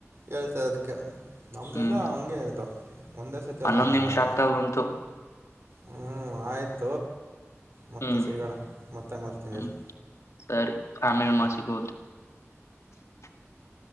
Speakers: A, on the right; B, on the left.
A: ಹೇಳ್ತ ಅದಕ್ಕೆ ನಮ್ದಲ್ಲಾ
B: ಹ್ಮ್
A: ಹಂಗೆ ಇರದು. ಒಂದೇ ಸರ್ತಿ
B: ಹನ್ನೊಂದ್
A: ಎಲ್ಲ ಮಾಡವಣವ
B: ನಿಮಿಷ ಆಗ್ತಾ ಬಂತು
A: ಹ್ಮ ಆಯ್ತು. ಮತ್ತೆ
B: ಹ್ಮ್
A: ಸಿಗೋಣ ಮತ್ತೆ ಮರ್ತೀನಿ
B: ಹ್ಮ್
A: ರೀ
B: ಸರಿ
A: ಹಾ
B: <unintelligible>